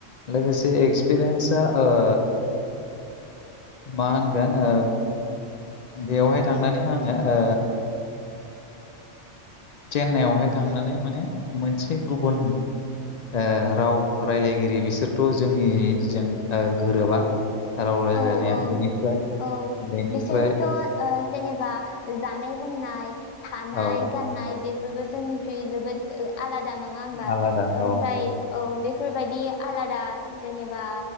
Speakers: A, on the left (about 65°); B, on the left (about 85°).
A: लोगोसे
B: उम
A: एक्सपिरियेन्सा ओ मा होनगोन ओ बेयावहाय थांनानै आङो ओ चेन्नाइआवहाय थांनानै माने मोनसे गुबुन ओ राव रायलायगिरि बिसोरथ' जोंनिजों गोरोबा। राव रायलायनाया
B: औ औ
A: बेनिफ्राय
B: औ
A: बेनिफ्राय
B: बिसोरनिथ' ओ जेनेबा जानाय लोंनाय थानाय
A: औ
B: गाननाय बेफोरबो जोंनिख्रुइ जोबोद आलादा नङा होमबा
A: आलादा
B: ओमफ्राय
A: औ
B: औ बेफोरबायदि आलादा जेनेबा